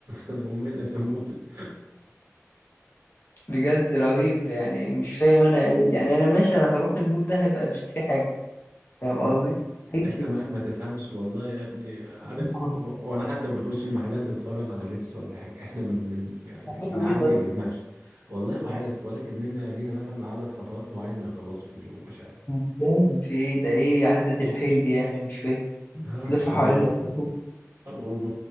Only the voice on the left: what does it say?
بجد رهيب يعني مش فاهم انا إيه. يعني انا ماشي انا هروح المول ده هبقى بشتري حاجة فاهم
قصدي؟ إيه اللي
بتكون
بتعملوا ايه طيب؟
مش فاهم في ايه ده ايه عدة الحيل دي يعني مش فاهم
تلف
حوالين نفسكم